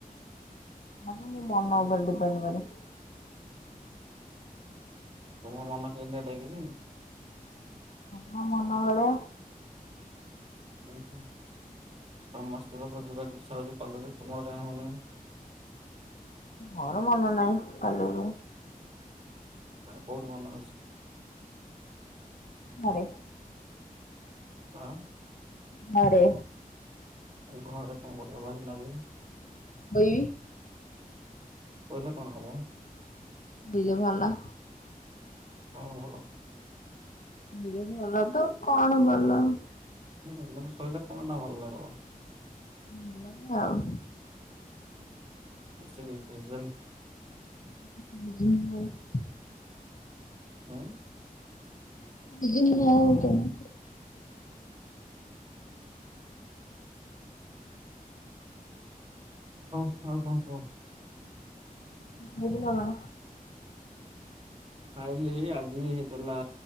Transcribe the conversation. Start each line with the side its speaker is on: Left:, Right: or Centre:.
Left: ମାନେ ମୋ ମନ ଉପରେ ଡିପେଣ୍ଡ କରେ।
Right: ତୁମ ମନ କିଏ ନେବେକି?
Left: ନା ମୋ ମନ ବେଳେ।
Right: ଉୁଁ ହୁଁ ସମସ୍ତଙ୍କ ତ ଯିବାକୁ ଇଚ୍ଛା ହଉଛି କଲେଜ ତୁମର କାହିଁ ହଉନି?
Left: ମୋର ମନ ନାହିଁ କଲେଜ ରେ।
Right: ଆ କୋଉଠି ମନ ଅଛି?
Left: ଘରେ।
Right: ଆଁ।
Left: ଘରେ।
Right: ଘରେ କଣ କରିବା <unintelligible> ଯେ।
Left: ହୈ।
Right: କହିଲେ କଣ ହବ?
Left: ଦିଲେ ଭଲ।
Right: କଣ ଭଲ?
Left: ଦିଲେ ଭଲ ତ କଣ ଭଲ।
Right: ହୁଁ ମାନେ ଶୋଇିଲେ କଣ ଟା ଭଲ ଲାଗିବ।
Left: ଭଲ ନା ଆଉ।
Right: <unintelligible> ପ୍ରେସେନ୍।
Left: <unintelligible>
Right: ହଁ।
Left: ବିଜିନି ଆଉ କେଣ?
Right: ହଉ ଆଉ କଣ କୁହ?
Left: ବୁଝିଲ କଣ?
Right: ଖାଇଲି ଆଜି ହେଇଥିଲା